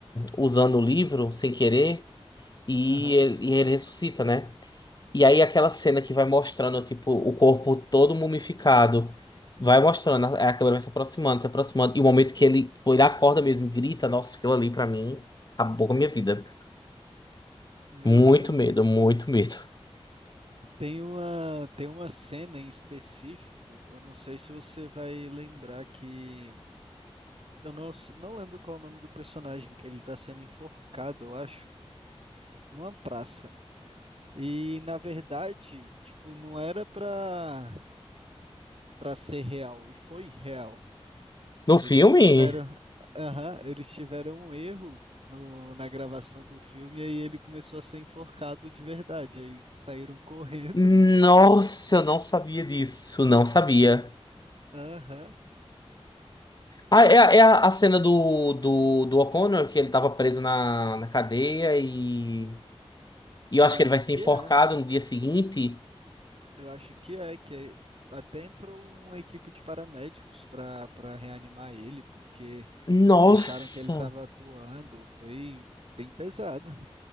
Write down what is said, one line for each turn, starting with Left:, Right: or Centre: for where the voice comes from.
Left: usando o livro sem querer e
Right: Aham.
Left: ele, e ele ressuscita, né? E aí aquela cena que vai mostrando, tipo, o corpo todo mumificado. Vai mostrando, a a câmera vai se aproximando, se aproximando. E o momento que ele, tipo, ele acorda mesmo, e grita, nossa, aquilo ali pra mim acabou com a minha vida.
Right: Meu
Left: Muito
Right: Deus.
Left: medo, muito medo.
Right: Tem uma, tem uma cena em específico, eu não sei se você vai lembrar que. Eu não, s- não lembro qual é o nome do personagem, que ele tá sendo enforcado, eu acho, numa praça. E, na verdade, tipo, não era pra, pra ser real, e foi real.
Left: No filme?
Right: Eles tiveram. Aham, eles tiveram um erro no, na gravação do filme, e aí ele começou a ser enforcado de verdade. Aí saíram correndo.
Left: Nossa, eu não sabia disso, não sabia.
Right: <laughs> Aham.
Left: Ah, é, a- é a a cena do, do, do O'Connor, que ele tava preso na, na cadeia e, e eu
Right: Eu
Left: acho
Right: acho
Left: que ele vai ser
Right: que
Left: enforcado
Right: é.
Left: no dia seguinte.
Right: Eu acho que é, que é- até entrou uma equipe de paramédicos para para reanimar ele, porque
Left: Nossa!
Right: acharam que ele estava atuando. Foi bem pesado.